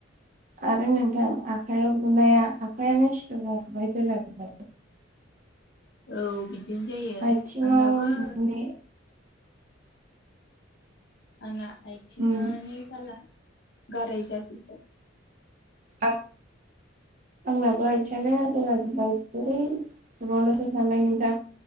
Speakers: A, on the right; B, on the left.
A: आरो नोंथां आखायाव बुनाया आखायानो सिथु गाखोबाय दोलाखोबाय। <inaudible>
B: औ बिदिनो जायो
A: आथिङाव
B: आंनाबो
A: बुनाय
B: आना आइथिंआनो
A: उम
B: जाला गाराय जाजोबबाय
A: आं आंनाबो आथियानो दोलाजोबबाय बोरै सावनोसो थायमोन दा